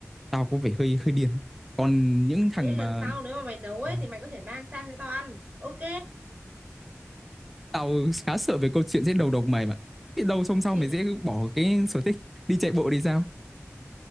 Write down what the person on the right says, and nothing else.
thế lần
sau nếu mà mày nấu ấy
thì mày có thể mang sang cho tao ăn ok
<laughs>